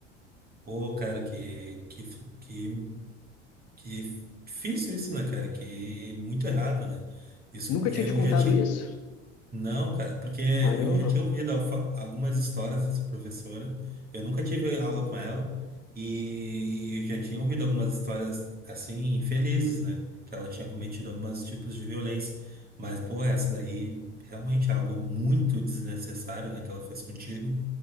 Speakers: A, on the right (about 25°); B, on the left (about 45°).
A: Pô, cara, que, que, que Que difícil isso, né, cara? Que muito errado, né? Isso
B: Nunca
A: eu
B: tinha te contado
A: já tinha.
B: isso?
A: Não, cara, porque
B: Caramba,
A: eu já tinha ouvido alfa- algumas histórias dessa professora. Eu nunca tive aula com ela e eu já tinha ouvido algumas histórias assim infelizes, né? Que ela tinha cometido alguns tipos de violência. Mas, pô, essa daí realmente é algo muito desnecessário, né? Que ela fez contigo.